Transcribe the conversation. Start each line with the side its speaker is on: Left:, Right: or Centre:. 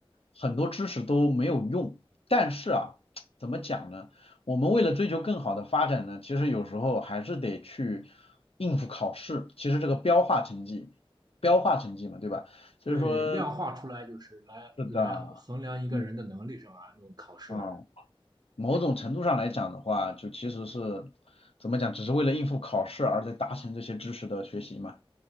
Left: 很多知识都没有用。但是啊，怎么讲呢？我们为了追求更好的发展呢，其实有时候还是得去应付考试。其实这个标化成绩，标化成绩嘛，对吧？所以说，
Right: 对，量化出来就是来来衡量一个人的能力上啊，
Left: 是的，嗯
Right: 用考试。
Left: 啊。某种程度上来讲的话，就其实是怎么讲，只是为了应付考试而在达成这些知识的学习嘛。